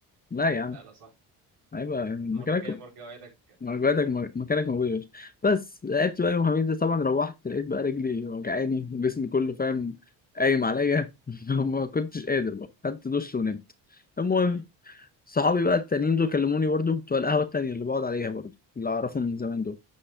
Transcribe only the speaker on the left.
لا يا عم
هيبقى يعني مكانك
مكانك مكانك موجود يا باشا بس لعبت بقى يوم الخميس ده طبعا روحت لقيت بقى رجلي وجعاني وجسمي كله فاهم قايم عليا <laughs> ما كنتش قادر بقى خدت دش ونمت المهم
صحابي بقى التانيين دول كلموني برضو بتوع القهوة التانية اللي بقعد عليها برضو اللي أعرفهم من زمان دول